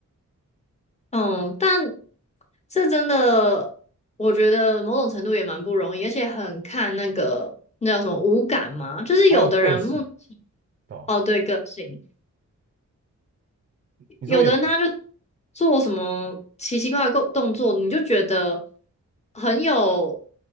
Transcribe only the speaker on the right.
还有个性，对吧
你说有